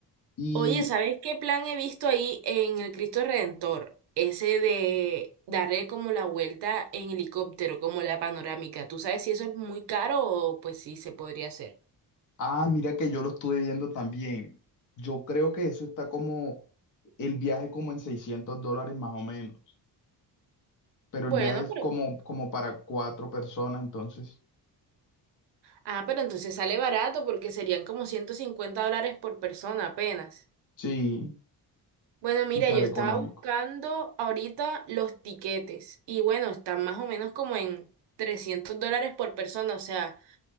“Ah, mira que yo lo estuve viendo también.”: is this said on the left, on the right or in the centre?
Left